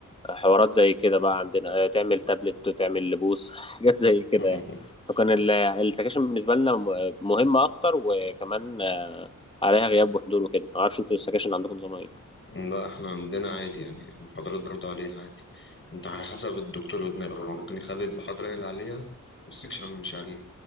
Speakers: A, on the left; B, on the left.
A: حوارات زي كده بقى عندنا آه، تعمل تابلت تعمل لبوس <laughs> حاجات زي كده
B: <laughs>
A: يعني فكان ال- السكاشن بالنسبة لنا م- مهمة اكتر وكمان آه، عليها غياب وحضور وكده معرفش انتوا السكاشن عندكم نظام ايه
B: لا احنا عندنا عادي يعني المحاضرات برضه عليها عادي انت على حسب الدكتور ودماغه هو ممكن يخلي المحاضرة هي اللي عليها والسكشن مش عليه